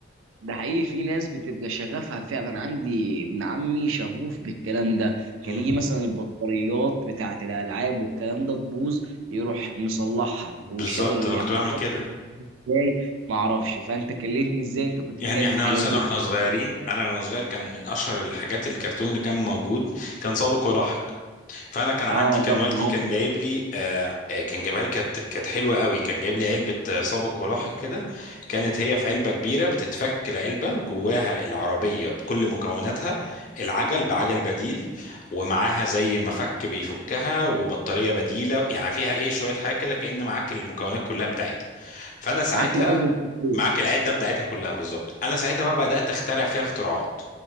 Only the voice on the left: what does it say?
مم.
بالظبط
انا كنت بعمل
كده
يعني
احنا
مثلا
واحنا صغيرين انا وانا صغير كان من اشهر الحاجات الكرتون اللي كان موجود كان سابق ولاحق فانا كان عندي
كان
والدي
كان جايب لي آه آه، كان جايبها لي كانت كانت حلوه قوي كان جايب لي علبه آه، سابق ولاحق كده كانت هي في علبه كبيره بتتفك العلبه جواها العربيه بكل مكوناتها العجل بعجل بديل ومعاها زي مفك بيفكها وبطاريه بديله يعني فيها ايه شويه حاجه كده كأن معاك المكونات كلها بتاعتها فانا ساعتها
معاك العده بتاعتها كلها بالظبط انا ساعتها بقى بدات اخترع فيها اختراعات